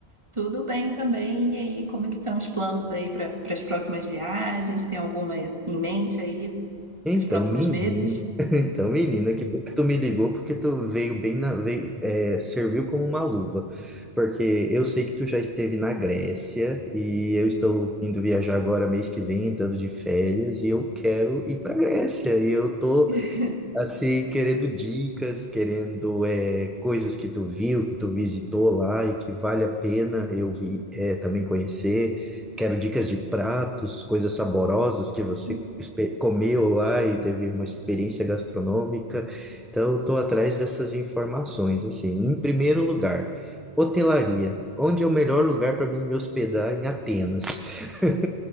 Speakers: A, on the right (about 25°); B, in the centre.
A: Tudo bem também. E aí, como é que estão os planos aí para as próximas viagens? Tem alguma em mente aí
B: Então,
A: para os próximos
B: menino,
A: meses?
B: <laughs> então, menina, que bom que tu me ligou, porque tu veio bem na, veio, é, serviu como uma luva, porque eu sei que tu já esteve na Grécia e eu estou indo viajar agora mês que vem, entrando de férias, e eu quero ir para Grécia. E eu tô
A: <laughs>
B: Assim, querendo dicas, querendo é, coisas que tu viu, que tu visitou lá e que vale a pena eu vi, é, também conhecer. Quero dicas de pratos, coisas saborosas que você
A: Hum.
B: espe- comeu lá e teve uma experiência gastronômica. Então, estou atrás dessas informações, assim. Em primeiro lugar, hotelaria. Onde é o melhor lugar para mim me hospedar em Atenas? <laughs>